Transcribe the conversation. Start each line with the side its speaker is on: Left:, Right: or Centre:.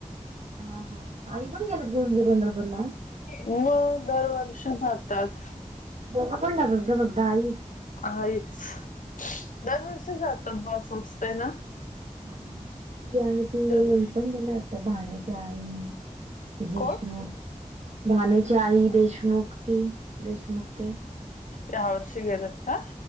Right: हा हा आई पण गेलेत ग पंढरपूर ला.
Left: मग दरवर्षी जातात.
Right: दोघं पण जातात का? फक्त आईच?
Left: आईच. दरवर्षी जातात बस असतंय ना.
Right: हा आणि ती ही
Left: दरवर्षी
Right: पण गेले वाटत. भाडयाच्या आईनी. ती देशमुख.
Left: कोण?
Right: मण्याची आई, देशमुख ती. देशमुख ते.
Left: या वर्ष गेलेत का?